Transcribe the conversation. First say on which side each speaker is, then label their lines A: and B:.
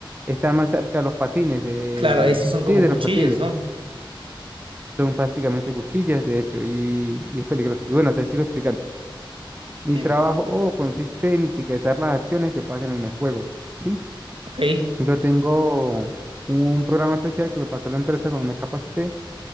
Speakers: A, on the right (about 20°); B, on the right (about 85°).
A: están más cerca de los patines, de...
B: claro, esos son como
A: sí, de
B: cuchillas,
A: los patines.
B: ¿no?
A: Son prácticamente cuchillas, de hecho, y, y es peligroso. Y bueno, te sigo explicando. Mi
B: Dime.
A: trabajo oh, consiste en etiquetar las acciones que pasan en el juego, ¿sí?
B: Ok,
A: Yo tengo un programa especial que me pasó la empresa cuando me capacité,